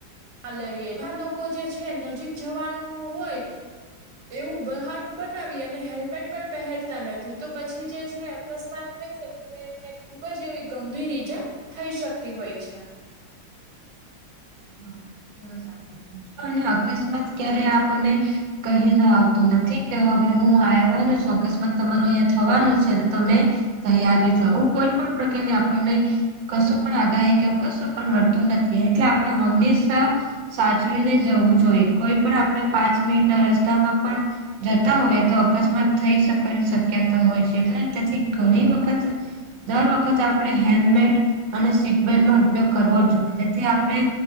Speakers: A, on the right; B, on the right.
A: લવી આ લોકો જે છે નજીક જવાનું હોય. એવું બહાનું બનાવી અને હેલ્મેટ પણ પહેરતા નથી તો પછી જે છે. અકસ્માત થાય છે ત્યારે એમને ખુબ જ એવી ગંભીર ઈજા થઈ શકતી હોય છે.
B: હા સાચું ક છો અને અકસ્માત ક્યારે આપણને. કહીને આવતું નથી કે હવે હું આવવાનું છું અકસ્માત તમારો અહીંયા થવાનું છે તો તમે. તૈયાર રેજો આવું કોઈ પણ પ્રકારની આપણને કશું પણ આગાહી કે એવું કશું પણ મળતું નથી. એટલે આપણે હંમેશા સાચવીને જવું જોઈએ. કોઈ પણ આપણે પાંચ મિનિટના રસ્તામાં પણ જતા હોય તો અકસ્માત થઈ શકવાની શક્યતા હોય છે. એટલે તેથી ઘણી વખત દર વખત આપણેે હેલ્મેટ અને સીટબેલ્ટનો ઉપયોગ કરવો જોઈએ. જેથી આપણે